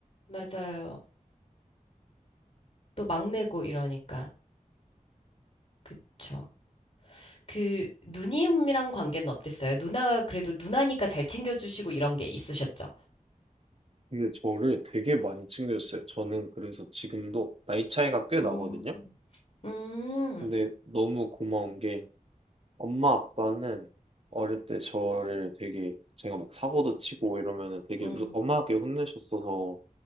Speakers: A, on the left; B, on the right.
A: 맞아요. 또 막내고 이러니까. 그쵸. 그, 누님이랑 관계는 어땠어요? 누나, 그래도 누나니까 잘 챙겨주시고 이런 게 있으셨죠?
B: 근데 저를 되게 많이 챙겨줬어요. 저는 그래서 지금도 나이 차이가 꽤
A: 음,
B: 나거든요.
A: 음,
B: 근데 너무 고마운 게 엄마 아빠는 어릴 때 저를 되게 제가 막 사고도 치고 이러면은 되게
A: 음,
B: 무슨 엄하게 혼내셨어서